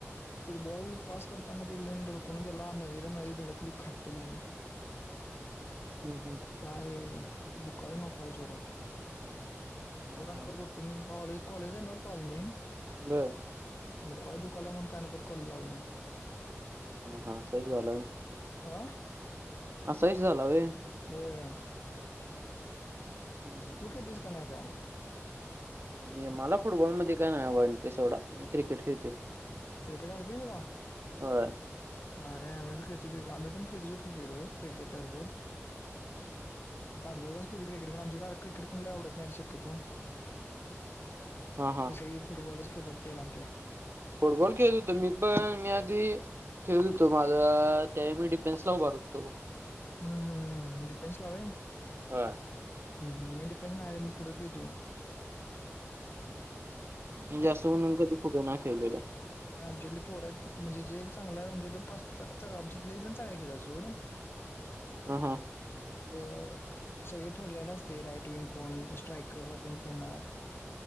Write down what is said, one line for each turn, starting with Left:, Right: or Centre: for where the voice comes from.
Left: तफिर बॉल पास करताना ते एक जणी धडकून गेला नदीला नदी धडकली खाट्ट दिशीन.
Right: हम्म हम्म.
Left: काय दुःखाला ना पाय जोरात. <unintelligible>
Right: हां, हां.
Left: परत उठून कॉलेज कॉलेज <unintelligible> मी.
Right: बरं.
Left: तुला पाय दुखालाय म्हणून काही ना परत कॉलेजला आलो नाय.
Right: हा हा असहीझालंय
Left: आ
Right: असहीच झालं वे.
Left: होय.
Right: हम्म हम्म.
Left: तू खेळतेस का नाही काय
Right: मी मला फुटबॉलमध्ये काय नाय वा इंटरेस्ट एवढा मी क्रिकेट खेळते.
Left: क्रिकेट आवडते तुला?
Right: होय.
Left: भारी आहे आम्ही बी खेळती क्रिकेट आम्ही पण खेळतो क्रिकेटवर क्रिकेटर बोल. अर्धा तास तुझं क्रिकेट तर आमची दरात क्रिकेट कुणाला आवडत नाही रे शक्यतो.
Right: हां हां
Left: सगळी फुटबॉलच खेळतात पोरं आमचे.
Right: फुटबॉल खेळत होतो मी पण मी आधी खेळत होतो माझा त्यावेळी मी डिफेन्सला उभार होतो.
Left: हम्म हम्म डिफेन्स ला वय.
Right: हा.
Left: मी डिफेन्स नाय रे मी पुढं खेळतोय.
Right: मी जास्त करून कधी फुटो ना खेळलेलो.
Left: आमच्यातले पोरं आहेत म्हणजे जे चांगलं आहे आमच्या पाच चा चार आमच्यातले लय जण चांगले खेळत सोडन.
Right: ह ह.
Left: मग अ सगळे ठरलेले असते. राईट विंग कोण स्ट्राईकरला कोण खेळणार.